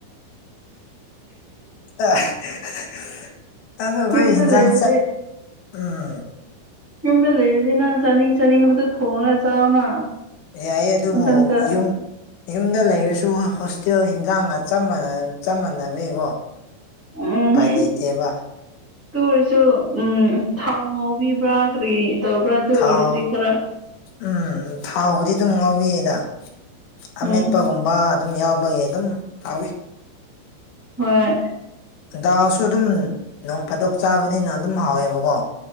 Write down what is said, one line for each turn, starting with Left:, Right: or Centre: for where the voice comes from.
Left: ꯑ <unintelligible> ꯑꯗ ꯑꯩꯈꯣꯏ
Centre: ꯌꯨꯝꯗ
Left: ꯌꯦꯟꯖꯥꯡꯁꯦ
Centre: ꯂꯩꯔꯗꯤ
Left: ꯎꯝ
Centre: ꯌꯨꯝꯗ ꯂꯩꯔꯗꯤ ꯅꯪ ꯆꯥꯅꯤꯡ ꯆꯥꯅꯤꯡꯕꯗꯨꯣ ꯊꯣꯡꯔꯒ ꯆꯥꯎꯅ
Left: ꯌꯥꯏꯌꯦ ꯑꯗꯨꯕꯨ
Centre: ꯃꯊꯟꯇ
Left: ꯌꯨꯝ ꯌꯨꯝꯗ ꯂꯩꯔꯁꯨ ꯍꯣꯁꯇꯦꯜ ꯍꯟꯖꯥꯡꯒ ꯆꯞ ꯃꯅꯥ ꯆꯞ ꯃꯥꯟꯅꯕꯩꯀꯣ
Centre: ꯎꯝ
Left: ꯎꯄꯥꯏ ꯂꯩꯇꯦꯕ
Centre: ꯑꯗꯨ ꯑꯣꯏꯔꯁꯨ ꯎꯝ ꯊꯥꯎ ꯉꯥꯎꯕꯤꯕ꯭ꯔꯥ ꯀꯔꯤ ꯇꯧꯕ꯭ꯔꯥ
Left: ꯊꯥꯎ
Centre: ꯑꯣꯏꯔꯗꯤ ꯈꯔ
Left: ꯎꯝ ꯊꯥꯎꯕꯨꯗꯤ ꯑꯗꯨꯝ ꯉꯥꯎꯋꯦꯗ ꯑꯃꯦꯠꯄꯒꯨꯝꯕ
Centre: ꯎꯝ
Left: ꯑꯗꯨꯝ ꯌꯥꯎꯕꯒꯤ ꯑꯗꯨꯝ ꯍꯥꯎꯋꯤ
Centre: ꯍꯣꯏ
Left: ꯗꯜꯁꯨ ꯑꯗꯨꯝ ꯅꯣꯡ ꯐꯥꯗꯣꯛ ꯆꯥꯕꯅꯤꯅ ꯑꯗꯨꯝ ꯍꯥꯎꯋꯦꯕꯀꯣ